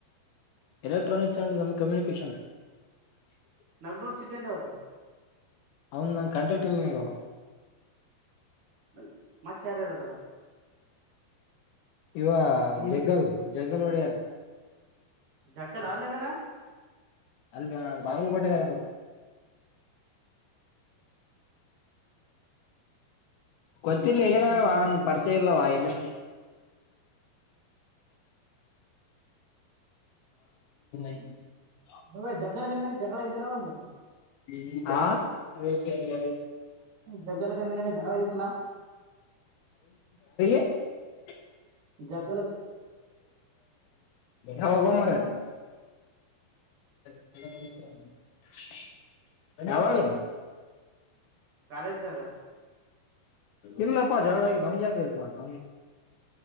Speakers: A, on the left; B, on the right.
A: ಎಲ್ಲ <unintelligible> ಎಕ್ಟ್ರಾನಿಕ್ಸ ಅಂಡ್ ಕಮ್ಯನಿಕೇಶನ್ಸ್ <unintelligible>
B: ನಗ್ನೂರ್ ಸಿದ್ದಂದ ಯಾವ್ದು
A: ಅವನು ನ ಕಾಂಟ್ರಾಕ್ಟಲಿಲ್ಲ ಅವ್
B: ಮಯ ಮತ್ತ ಯಾರ್ಯಾರದಾರ
A: ಇವ ಜಗಲ್ ಜಗಲ್ ಒಡೆಯಾರ
B: ಜಗ್ಗಲ್
A: <unintelligible>
B: ಅಲ್ಲೇದನ
A: ಅಲ್ಲಿ ಬಾಗಲಕೋಟೆ <unintelligible> <unintelligible> ಗೋತಿಲ್ಲ ಎಲ್ಲಿನ ಅವಾ ಪರೀಚಯ ಇಲ್ಲ ಅವಾ ಎಲ್ಲಿ <unintelligible>
B: ಹ ಝಡ ಝಗಡ <unintelligible>
A: ಹ್ಮ ಹಾ ಅ ಸರಿಯ
B: ಜಗ್ಗಲಗ ನಿನಗ ಜಗಳ ಆಗಿದ್ದಲ್ಲ
A: <unintelligible> <unintelligible>
B: ಜಗ್
A: ಹೋಗೋ ಮಾರಯ್ <unintelligible> ಯಾವಗ,
B: ಕಾಲೇಜ್ದಾಗ
A: ಇಲ್ಲಪ್ಪಾ ಜಗಳ ಆಗಿ ನನಿಗ್ ಯಾಕ್ ಜಗಳ ಆತ